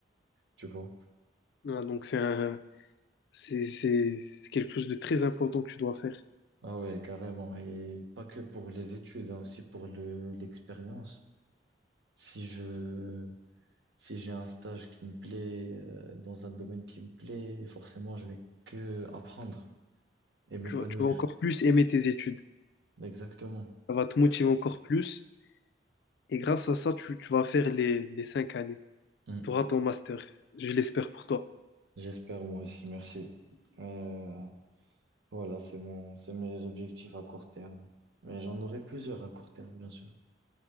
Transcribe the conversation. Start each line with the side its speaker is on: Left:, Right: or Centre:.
Right: tu vois.
Left: Voilà, donc c'est un, C'est, c'est, c'est quelque chose de très important que tu dois faire.
Right: Ah ouais, carrément. Et pas que pour les études, hein, aussi pour le, l'expérience. Si je, si j'ai un stage qui me plaît, euh, dans un domaine qui me plaît, forcément, je vais que apprendre. et m'épanouir.
Left: Tu vas, tu vas encore plus aimer tes études.
Right: Exactement.
Left: Ça va te motiver encore plus. Et grâce à ça, tu, tu vas faire les, les cinq années.
Right: Mm.
Left: Tu auras ton master. Je l'espère pour toi.
Right: J'espère moi aussi, merci. Euh, voilà, c'est mon, c'est mes objectifs à court terme. Mais j'en aurai plusieurs à court terme, bien sûr.